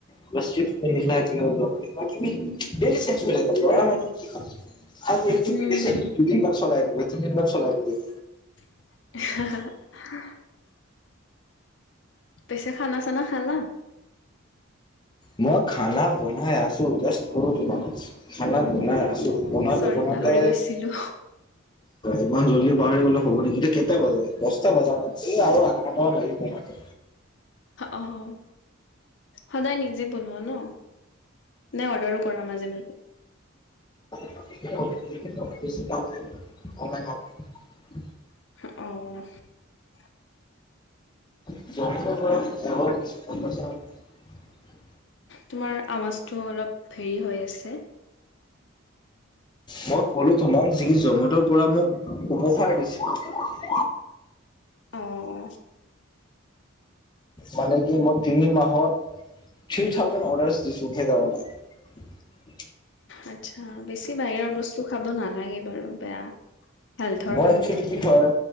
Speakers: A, on the left; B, on the left.
A: কিবা চিক পিন্ধিলা <unintelligible> ডি চেচৰা আৰু <unintelligible> আৰু
B: উম,
A: বিদেশ <unintelligible> দুদিন মমান চলাই দিব তিনিদিনমান চলাই দিব
B: <unintelligible> পিছে খানা চানা খালা?
A: মই খানা বনাই আছো জাষ্ট কলো তোমাক। খানা বনাই আছো
B: অ',
A: বনাওতে
B: চৰি
A: বনাওতে
B: পাহৰি গৈছিলো
A: ইমান জল্দি পাহৰি গলে হ'ব নেকি, এ কেইটা বাজে দহটা বজা নাই, আৰু আধ ঘণ্টামান লাগিব বনাওঁতে।
B: অ', সদায় নিজে বনোৱা ন, নাই অৰ্ডাৰো কৰা মাজে মাজে।
A: <inaudible>
B: অ'
A: <inaudible>
B: তোমাৰ আৱাজটো অলপ হেৰি হৈ আছে।
A: মই ক'লো তোমাক যি জমেতৰ পৰা মোক উপহাৰ দিছে।
B: অ'
A: মানে কি মই তিনি মাহত থ্ৰী থাউজেণ্ড অৰ্ডাৰছ দিছো সেইকাৰণে।
B: আচ্ছা বেছি বাহিৰৰ বস্তু খাব নালাগে বাৰু বেয়া। হেল্থৰ
A: মই
B: কাৰণে।
A: এক্সুৱেলি কি হয়